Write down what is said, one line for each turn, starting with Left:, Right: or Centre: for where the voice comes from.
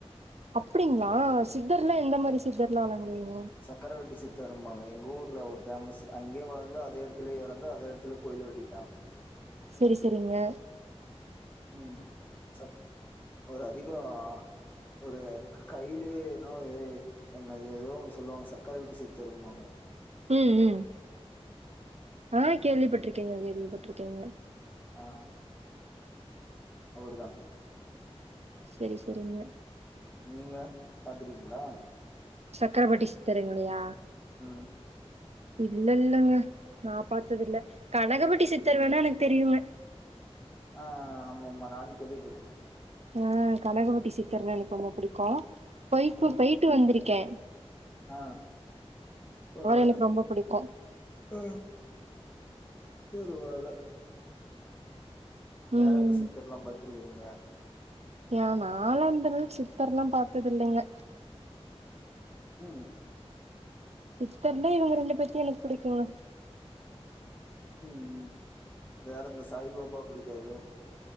Right: அப்டிங்களா சித்தர்னா எந்த மாரி சித்தர்ல்லா எல்லா கும்டுவீங்க
Left: சக்கரவட்டி சித்தருபாங்க எங்க ஊர்ல அவரு பேமஸ் அங்கே வளந்து அதே இடத்துலயே இறந்து அதே இடத்துலே கோயில் கட்டிட்டா
Right: சேரி சேரிங்க
Left: ம் சத் ஒரு அதிகம் ஒரு கையிலயே இன்னொரு வேலு என்ன அது ஏதோ ஒண்ணு சொல்லுவாங்க சக்கரவட்டி சித்தருபாங்க
Right: ம் ம் ஆ கேள்விப்பட்டிருக்கேங்க கேள்விப்பட்டிருக்கேங்க
Left: ஆ அவுருதா
Right: சேரி சேரிங்க
Left: நீங்க பாத்துருக்கீங்ளா
Right: சக்கர வட்டி சித்தருங்களியா
Left: ம்
Right: இல்லல்லங்க நா பாத்ததில்ல கனகப்பட்டி சித்தர் வேணா எனக்கு தெரியுங்க
Left: ஆ ஆ ஆமா ஆமா நானு கேள்விப்பட்டுருக்கே
Right: ஆ கனகப்பட்டி சித்தர்னா எனக்கு ரொம்ப புடிக்கும் போய்ட்டு
Left: ம்
Right: போய்ட்டு வந்திருக்கேன்
Left: ஆ பரவால்ல
Right: எனக்கு ரொம்ப புடிக்கு
Left: அ பரவால்ல வேற
Right: ம்
Left: எந்த சித்தர்லா பாத்துருக்றீங்க
Right: ஏன் நாலா அந்தளவுக்கு சித்தர்லா பாத்தது இல்லைங்க
Left: ம்
Right: சித்தர்லே இவங்க ரெண்டு பேர்த்தா எனக்கு புடிக்குங்க
Left: ம் ம் வேற இந்த சாய் பாபா புடிக்காதா